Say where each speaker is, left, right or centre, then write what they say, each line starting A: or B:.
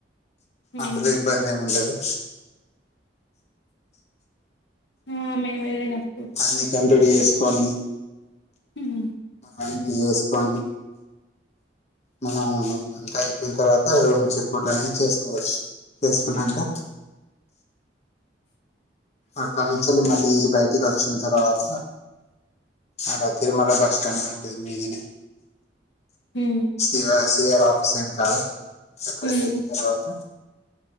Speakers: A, on the left (about 75°); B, on the left (about 40°).
A: హ్మ్
B: అందులో ఇబ్బంది ఏముండదు. ఆ
A: హ్మ్ మేము వెళ్ళినప్
B: అన్ని కంప్లీట్ చేసుకోని
A: ఉమ్,
B: అంటి వేసుకొని మనం అంత అయిపోయిన తర్వాత రూమ్ చెక్ ఔటై చేసుకోవచ్చు చేసుకో అన్నాంక అక్కడ నుంచి వెళ్ళి మళ్ళీ బయటికి వచ్చిన తర్వాత అడ తిరుమల బస్ స్టాండ్ ఉంటుంది మీదినే
A: ఉమ్,
B: ఇవ సి ఆర్ ఆఫీస్ ఎనకాల అక్కడ
A: ఉమ్,
B: కి వెళ్ళిన తర్వాత